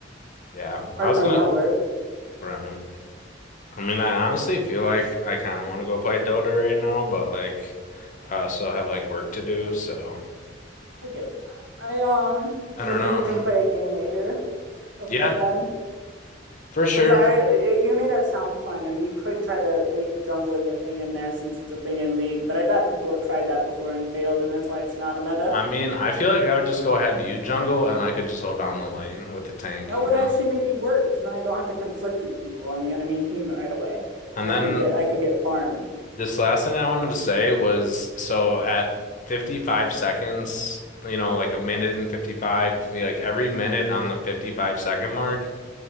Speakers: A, on the left; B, on the right.
A: Yeah,
B: It's part
A: I was
B: of my
A: gonna.
B: network.
A: Right. I mean, I honestly feel like I kind of want to go play Dota right now, but like, I also have like work to do, so
B: I get that. I um maybe
A: I don't know.
B: we can play a game later before
A: Yeah,
B: bed.
A: for sure.
B: Because I it, you made it sound fun and we could try to make jungling a thing in there since it's a thing in League, but I bet people have tried that before and failed and that's why it's not a meta.
A: I mean, I feel like I would just go have you jungle and I could just hold down the lane with the tank,
B: That
A: you
B: would
A: know?
B: actually maybe work because then I don't have to conflict with people on the enemy team right away,
A: And
B: and
A: then
B: I could get I could get farmed.
A: this last thing I wanted
B: Uh,
A: to say was so at 55 seconds, you know, like a minute and 55, like every minute on the 55 second mark,